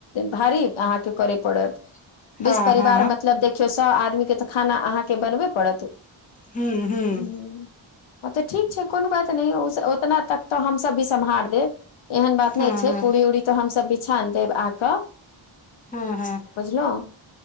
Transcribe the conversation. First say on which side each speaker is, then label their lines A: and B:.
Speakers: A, on the left; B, on the left.
A: भारी अहाँके करे पड़त
B: <unintelligible>
A: बीस परिवार
B: हँ
A: मतलब देखियौ सौ आदमी के तऽ खाना अहाँके बनबे पड़त <inaudible>
B: ह्म्म ह्म्म
A: हँ तऽ ठीक छै कोनो बात नय ओतना तक तऽ हमसभ भी सम्हार देब एहन बात
B: हँ
A: नय छै
B: हँ
A: पूरी उरी तऽ हमसभ भी छान देब आक
B: हँ हँ
A: बुझलहु